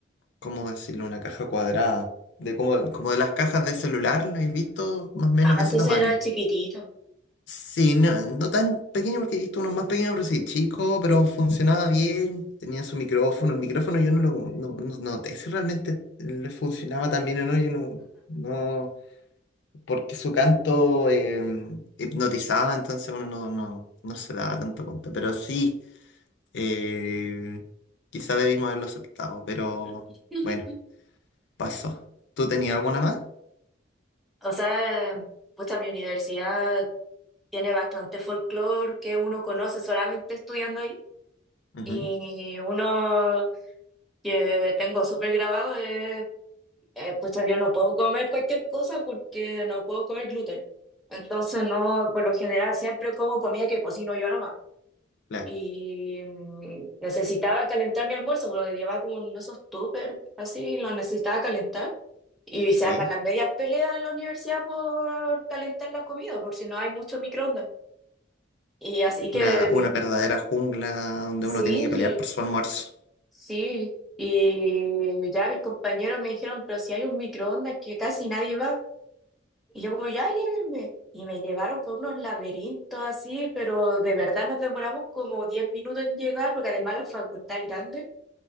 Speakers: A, on the left (about 65°); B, in the centre.
A: ¿cómo decirlo? Una caja cuadrada, de como, como de las cajas de celular, ¿la he visto? Más o menos
B: Ah,
A: de
B: entonces
A: ese tamaño.
B: era chiquitito.
A: Sí, no, no tan pequeño porque he visto uno más pequeño, pero sí, chico, pero funcionaba bien, tenía su micrófono, el micrófono yo no lo no, no noté si realmente le funcionaba tan bien o no, yo no, no. porque su canto eh, hipnotizaba, entonces uno no, no, no se daba tanto cuenta. Pero sí, eh, quizá debimos haberlo aceptado, pero
B: <laughs>
A: bueno, pasó. ¿Tú tenías alguna más?
B: O sea, pues mi universidad tiene bastante folclore que uno conoce solamente estudiando ahí.
A: Ujú,
B: Y uno que tengo súper grabado es, eh, pucha, yo no puedo comer cualquier cosa porque no puedo comer gluten. Entonces, no, por lo general siempre como comida que cocino yo nomás.
A: Claro,
B: Y mm, necesitaba calentar mi almuerzo, porque lo llevaba como en esos tuppers, así, lo necesitaba calentar. Y se
A: sí.
B: arman las medias peleas en la universidad por calentar la comida, por si no hay mucho microondas. Y así que
A: Una,
B: mm,
A: una verdadera jungla donde
B: sí,
A: uno tiene que pelear por su almuerzo.
B: sí. Y ya mis compañeros me dijeron, pero si hay un microondas que casi nadie va. Y yo como, ya llévenme. Y me llevaron por unos laberintos así, pero de verdad nos demoramos como 10 minutos en llegar, porque además la facultad es grande.